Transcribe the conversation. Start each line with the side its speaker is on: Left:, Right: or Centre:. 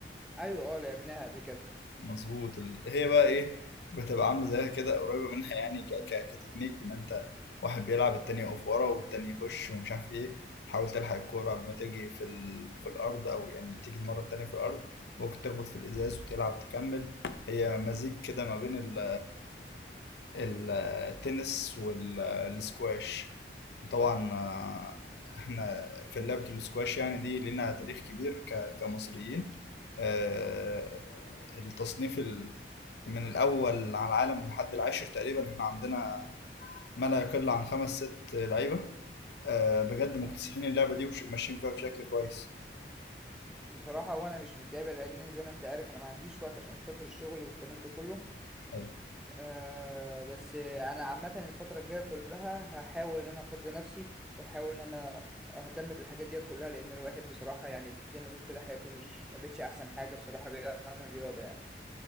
Centre: ايوه اه لعبناها قبل كده
Left: مظبوط ال- هي بقى ايه بتبقى عامله زيها كده قريبه منها يعني ك... ك... كتكنيك ان انت واحد بيلعب التاني يقف ورا والتاني يخش ومش عارف ايه تحاول تلحق الكوره قبل ما تيجي في ال... في الارض او يعني تيجي المره التانيه في الارض ممكن تخبط في الازاز وتلعب تكمل هي مزيج كده ما بين ال... ال- التنس والسكواش وطبعا آه، احنا في لعبه السكواش يعني دي لنا تاريخ كبير ك... كمصريين آه، التصنيف من الأول على العالم لحد العاشر تقريبا احنا عندنا ما لا يقل عن خمس ست لعيبة آه، بجد مكتسحين
Centre: مم.
Left: اللعبة دي وماشيين فيها بشكل كويس
Centre: بصراحه وانا مش متابع لان زي ما انت عارف انا ما عنديش وقت عشان خاطر الشغل والكلام ده كله
Left: حلو
Centre: آه بس انا عامه الفتره الجايه كلها هحاول ان انا افضي نفسي واحاول ان انا اهتم بالحاجات دي كلها لان الواحد بصراحه يعني زي ما تقول كده حياته مش ما بقتش احسن حاجه بصراحه بعيد عن الرياضه يعني